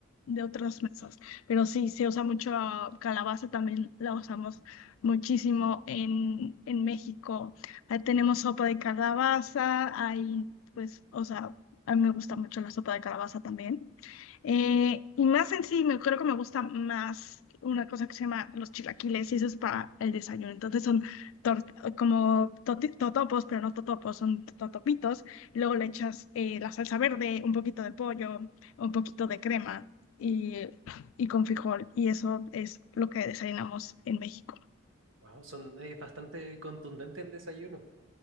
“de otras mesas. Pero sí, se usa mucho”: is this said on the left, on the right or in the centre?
Left